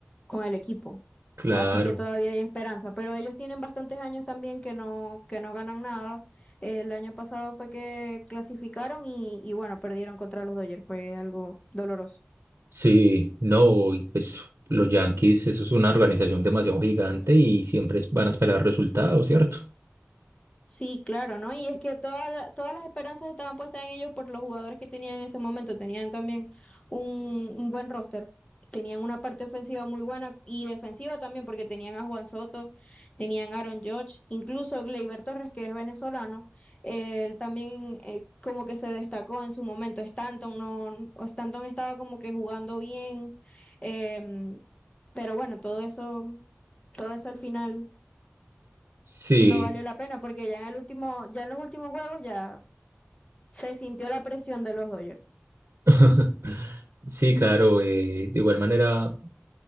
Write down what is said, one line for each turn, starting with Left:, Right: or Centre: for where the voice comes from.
Left: con el equipo.
Right: Claro,
Left: Así que todavía hay esperanza. Pero ellos tienen bastantes años también que no, que no ganan nada. El año pasado fue que clasificaron y, y bueno, perdieron contra los Dodgers. Fue algo doloroso.
Right: sí, no, y pues los Yankees, eso es una organización demasiado gigante y siempre es- van a esperar resultados, ¿cierto?
Left: Sí, claro, ¿no? Y es que toda la- todas las esperanzas estaban puestas en ellos por los jugadores que tenían en ese momento. Tenían también un, un buen roster. Tenían una parte ofensiva muy buena y defensiva también, porque tenían a Juan Soto, tenían a Aaron Judge, incluso Gleyber Torres, que es venezolano, él también eh, como que se destacó en su momento. Stanton no, Stanton estaba como que jugando bien, em, pero bueno, todo eso, todo eso al final.
Right: Sí,
Left: No valió la pena porque ya en el último, ya en los últimos juegos ya se sintió la presión de los Dodgers.
Right: <laughs> sí, claro, eh, de igual manera.